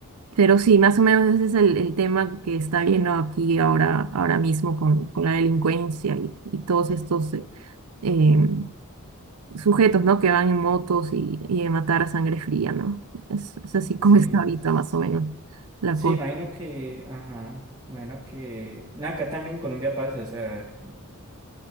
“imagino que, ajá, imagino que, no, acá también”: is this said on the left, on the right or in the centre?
Right